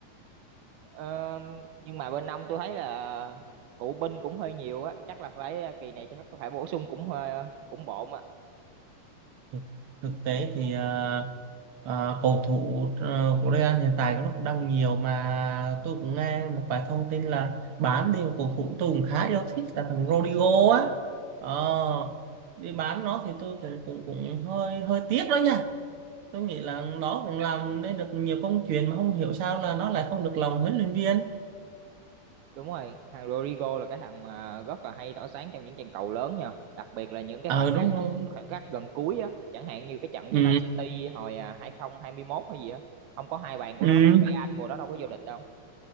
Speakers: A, on the right (about 85°); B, on the right (about 70°).
A: Ờ, nhưng mà bên ông tôi thấy là cựu binh cũng hơi nhiều á chắc là phải à, kỳ này chắc phải bổ sung cũng hơi cũng bộn á
B: thực thực tế thì ờ, ờ, cầu thủ ờ, của Real hiện tại nó cũng đang nhiều mà tôi cũng nghe một vài thông tin là bán đi một cầu thủ tôi cũng khá yêu thích là thằng Rodrigo á Ờ, đi bán nó thì tôi cũng cũng cũng hơi hơi tiếc đó nha tôi nghĩ là nó cũng làm nên được nhiều công chuyện mà không hiểu sao là nó lại không được lòng huấn luyện viên
A: Đúng rồi, thằng Rodrigo là cái thằng mà rất là hay tỏa sáng trong những trận cầu lớn nha, đặc biệt là những cái
B: ờ
A: khoảnh khắc
B: đúng rồi
A: khoảnh khắc gần cuối á, chẳng hạn như cái trận
B: ừ.
A: với Man City hồi à, 2021 hay gì á, không có hai bàn của
B: ừ
A: nó thì Real mùa đó đâu có vô địch đâu.